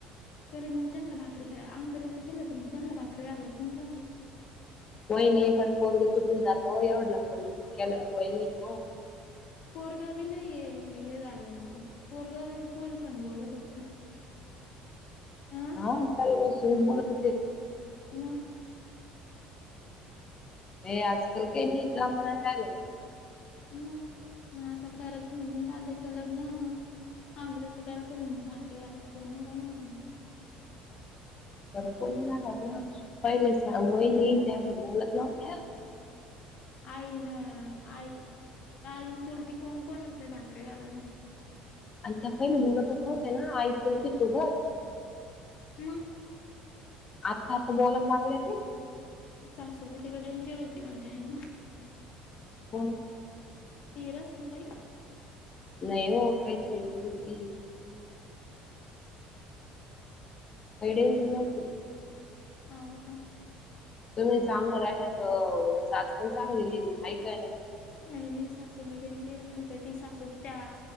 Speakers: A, on the left; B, on the left.
A: कररी मग त्यांना भाकरी खा आम बरेच केलं तर मग त्यांनाला भाकरी घाललाय कोण राहतं
B: वहिणी पण पोरगं तुटून जातो एवढं लवकर लग्न केलं वहिनी न
A: पोरगा बीला हे झालं ना मग पोरगाव पोर सांग बोलत होत अं
B: हा का बस सु मोत
A: म
B: हे आजकाल काही नाही कामाला राहिला
A: ह मग आता खरंच म्हणे दादाचं लग्न मग आांमरेचं करायचं म्हण भाकरी घाल कोण नाही राहणार म्हण
B: बर कोण झालत ना पहिले स मई नाही बोलत नवत्या
A: आई ना आई ताईन चुलती कोंकणच आहे भाकरीे गालायला
B: आणि त्या पहिले बोलतच नव्हते ना आई चुलती सोबत
A: मग
B: आत्ता आत्ता बोलाया लागले ते
A: सासू कितीक डेंजर होती म्हणते आहे ना
B: हो
A: तीरासंतई
B: नाही हो खायची देणगी रोटी काही डेंजर नव्हती
A: हो का
B: तुम्ही चांगल राहिला तर सास पण चांगली राहील हाय का नाही.
A: नाही नाही सासु लय डेंजर म्हणते ती सासू त्या...